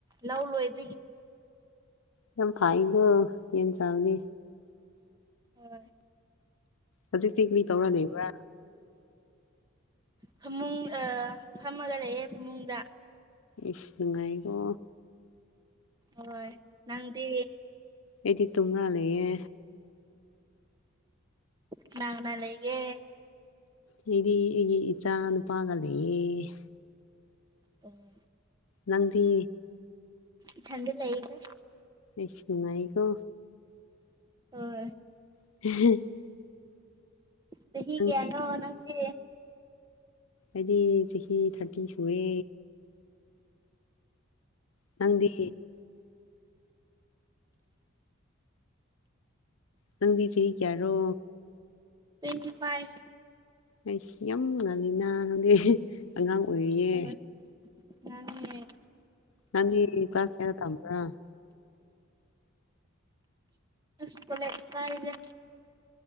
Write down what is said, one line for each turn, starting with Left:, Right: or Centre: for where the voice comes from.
Right: ꯂꯧ ꯂꯣꯏꯕ
Left: ꯅꯝ ꯐꯥꯏꯒꯣ ꯌꯦꯟ ꯆꯥꯕꯗꯤ
Right: ꯍꯣꯏ
Left: ꯍꯧꯖꯤꯛꯇꯤ ꯀ꯭ꯔꯤ ꯇꯧꯔ ꯂꯩꯕ꯭ꯔꯥ
Right: ꯐꯃꯨꯡ ꯑ ꯐꯝꯃꯒ ꯂꯩꯌꯦ ꯐꯃꯨꯡꯗ
Left: ꯏꯁ ꯅꯨꯉꯥꯏꯒꯣ
Right: ꯅꯨꯉꯥꯏ ꯅꯪꯗꯤ
Left: ꯑꯩꯗꯤ ꯇꯨꯝ ꯂꯩꯌꯦ
Right: ꯀꯅꯥ ꯀꯅꯥ ꯂꯩꯒꯦ
Left: ꯃꯤꯗꯤ ꯑꯩꯒꯤ ꯏꯆꯥ ꯅꯨꯄꯥꯒ ꯂꯩꯌꯦ
Right: ꯎꯝ
Left: ꯅꯪꯗꯤ
Right: ꯏꯊꯟꯗ ꯂꯩꯒ
Left: ꯏꯁ ꯅꯨꯉꯥꯏꯀꯣ
Right: ꯍꯣ ꯍꯣꯏ
Left: <unintelligible>
Right: ꯆꯍꯤ
Left: ꯅꯪ
Right: ꯀꯌꯥꯅꯣ ꯅꯪꯁꯦ
Left: ꯑꯩꯗꯤ ꯆꯍꯤ ꯊꯥꯔꯇꯤ ꯁꯨꯔꯦ ꯅꯪꯗꯤ ꯅꯪꯗꯤ ꯆꯍꯤ ꯀꯌꯥꯔꯣ
Right: ꯇ꯭ꯋꯦꯟꯇꯤ ꯐꯥꯏꯚ
Left: ꯑꯩꯁ ꯌꯥꯝ ꯉꯟꯅ ꯅꯪꯗꯤ ꯑꯉꯥꯡ ꯑꯣꯏꯔꯤꯌꯦ
Right: <unintelligible> ꯅꯦ
Left: ꯅꯪꯒꯤ ꯀ꯭ꯂꯥꯁ ꯀꯦꯔ ꯇꯝꯕ꯭ꯔꯥ
Right: ꯏꯁ ꯀꯣꯂꯦꯁ ꯀꯥꯔꯤꯅꯦ